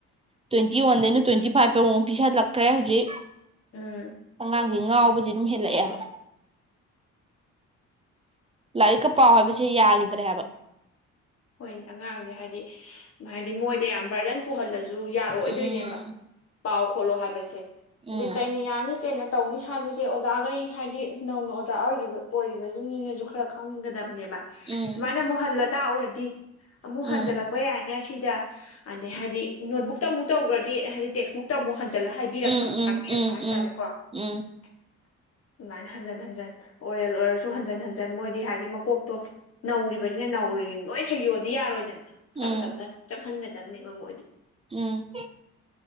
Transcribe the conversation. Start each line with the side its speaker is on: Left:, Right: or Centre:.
Right: ꯇ꯭ꯋꯦꯟꯇꯤ ꯋꯥꯟꯗꯩꯅ ꯇ꯭ꯋꯦꯟꯇꯤꯚꯥꯏꯇ ꯑꯃꯨꯛ ꯄꯤꯁꯜꯂꯛꯈ꯭ꯔꯦ ꯍꯧꯖꯤꯛ
Left: ꯎꯝ
Right: ꯑꯉꯥꯡꯖꯦ ꯉꯥꯎꯕꯖꯤ ꯑꯗꯨꯝ ꯍꯦꯜꯂꯛꯑꯦ ꯍꯥꯏꯕ ꯂꯥꯏꯔꯤꯛꯀ ꯄꯥꯎ ꯍꯥꯏꯕꯁꯦ ꯌꯥꯒꯤꯗꯔꯦ ꯍꯥꯏꯕ
Left: ꯍꯣꯏꯅꯦ ꯑꯉꯥꯡꯖꯦ ꯍꯥꯏꯗꯤ ꯍꯥꯏꯗꯤ ꯃꯣꯏꯗ ꯌꯥꯝ ꯕ꯭ꯔꯗꯟ ꯄꯨꯍꯜꯂꯁꯨ ꯨ ꯖꯨ ꯌꯥꯔꯛꯑꯣꯏꯗꯣꯏꯅꯦꯕ
Right: ꯎꯝ
Left: ꯄꯥꯎ ꯈꯣꯠꯂꯣ ꯍꯥꯏꯕꯁꯦ
Right: ꯎꯝ
Left: ꯑꯗꯤ ꯀꯩꯅ ꯌꯥꯅꯤ ꯀꯩꯅ ꯇꯧꯅꯤ ꯍꯥꯏꯕꯁꯦ ꯑꯣꯖꯥꯒꯩ ꯍꯥꯏꯗꯤ ꯅꯧꯅ ꯑꯣꯖꯥ ꯑꯣꯏꯒꯤꯕ ꯑꯣꯏꯔꯤꯕꯖꯤꯡꯖꯤꯅꯖꯨ ꯈꯔ ꯈꯪꯒꯗꯕꯅꯦꯕ
Right: ꯎꯝ
Left: ꯁꯨꯃꯥꯏꯅ ꯑꯃꯨꯛ ꯍꯜꯂ ꯇꯥꯛꯎꯔꯗꯤ ꯑꯃꯨꯛ
Right: ꯎꯝ
Left: ꯍꯟꯖꯜꯂꯛꯄ ꯌꯥꯏꯅ ꯁꯤꯗ ꯑꯗꯩ ꯍꯥꯏꯗꯤ ꯅꯣꯠꯕꯨꯛꯇ ꯑꯃꯨꯛ ꯇꯧꯒ꯭ꯔꯗꯤ ꯍꯥꯏꯗꯤ ꯇꯦꯛꯁꯕꯨꯛꯇ ꯑꯃꯨꯛ ꯍꯟꯖꯜꯂ ꯍꯥꯏꯕꯤꯔꯛꯄ
Right: ꯎꯝ ꯎꯝ
Left: ꯇꯥꯛꯄꯤꯔꯛꯄ
Right: ꯎꯝ
Left: ꯍꯥꯏꯇꯥꯔꯦꯀꯣ
Right: ꯎꯝ
Left: ꯑꯗꯨꯃꯥꯏꯅ ꯍꯟꯖꯤꯟ ꯍꯟꯖꯤꯟ ꯑꯣꯔꯦꯜ ꯑꯣꯏꯔꯁꯨ ꯍꯟꯖꯤꯟ ꯍꯟꯖꯤꯟ ꯃꯣꯏꯗꯤ ꯍꯥꯏꯗꯤ ꯃꯀꯣꯛ ꯇꯣ ꯅꯧꯔꯤꯕꯅꯤꯅ ꯅꯧꯔꯤꯟ ꯂꯣꯏ ꯍꯩꯌꯣꯗꯤ ꯌꯥꯔꯣꯏꯗꯅ
Right: ꯎꯝ
Left: ꯇꯝ ꯇꯞꯅ ꯆꯪꯍꯟꯒꯗꯕꯅꯦꯕ ꯃꯣꯏꯗꯤ
Right: ꯎꯝ